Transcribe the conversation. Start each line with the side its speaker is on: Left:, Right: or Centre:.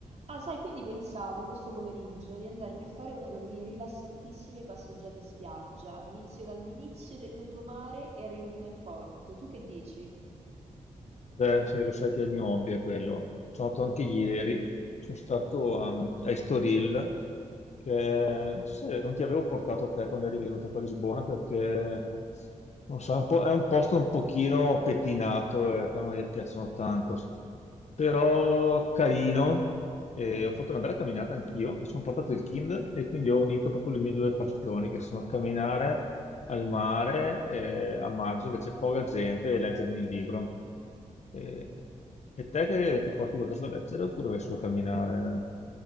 Right: Ah, sai, quindi pensavo questo pomeriggio di andarmi a fare una delle mie rilassantissime passeggiate in spiaggia. Inizio dall'inizio del lungomare e arrivo fino al porto. Tu che dici?
Left: Beh, se lo sai che il mio hobby è quello. Sono stato anche ieri, sono stato a, a Estoril, che se, non ti avevo portato a te quando eri venuta qua a Lisbona perché non so, è un po'- è un posto un pochino pettinato e a te non ti piacciono tanto, però carino. E ho fatto una bella camminata anch'io, mi sono portato il Kindle e quindi ho unito proprio le mie due passioni, che sono camminare al mare eh, a maggio, che c'è poca gente, e leggermi il libro. E, e te che ti porti qualcosa da leggere oppure vai solo a camminare?